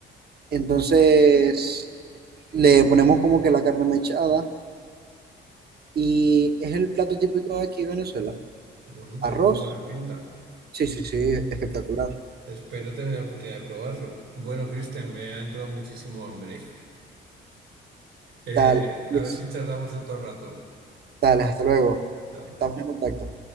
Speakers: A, on the right; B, on the right.
A: entonces le ponemos como que la carne mechada y es el plato típico de aquí de Venezuela.
B: Bueno, tiene
A: Arroz.
B: muy buena pinta.
A: Sí, sí, sí, espectacular.
B: Espero tener la oportunidad de probarlo. Bueno, Cristian, me ha entrado muchísimo hambre. <laughs> Eh,
A: Dale, Luis.
B: a ver si charlamos otro rato.
A: Dale, hasta luego.
B: Chao.
A: Estamos en contacto.